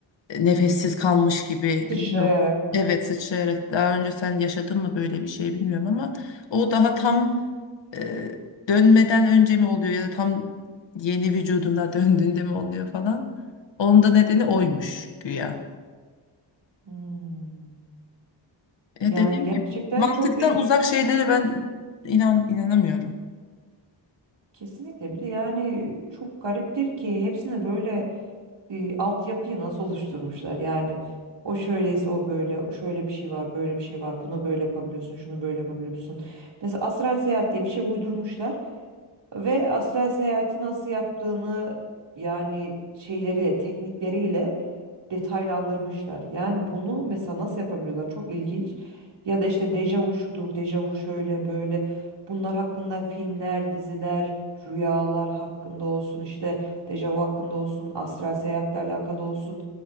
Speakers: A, on the left (about 65°); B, on the right (about 60°).
A: e, nefessiz kalmış gibi.
B: Sıçrayarak
A: Bilmiyorum.
B: böyle.
A: Evet sıçrayarak. Daha önce sen yaşadın mı böyle bir şey bilmiyorum ama o daha tam e, dönmeden önce mi oluyor ya da tam yeni vücuduna <laughs> döndüğünde mi oluyor falan. Onun da nedeni oymuş güya.
B: Hmm.
A: Ya
B: Yani
A: dediğim
B: gerçekten
A: gibi mantıktan
B: çok ilginç
A: uzak şeylere ben inan inanamıyorum.
B: Kesinlikle bir de yani çok gariptir ki hepsine böyle e, altyapıyı nasıl oluşturmuşlar yani o şöyleyse o böyle o şöyle bir şey var böyle bir şey var bunu böyle yapabiliyorsun şunu böyle yapabiliyorsun mesela astral seyahat diye bir şey uydurmuşlar ve astral seyahati nasıl yaptığını yani şeyleriyle teknikleriyle detaylandırmışlar. Yani bunu mesela nasıl yapabiliyorlar? Çok ilginç. Ya da işte dejavu şudur, dejavu şöyle böyle. Bunlar hakkında filmler, diziler, rüyalar hakkında olsun işte dejavu hakkında olsun, astral seyahatle alakalı olsun.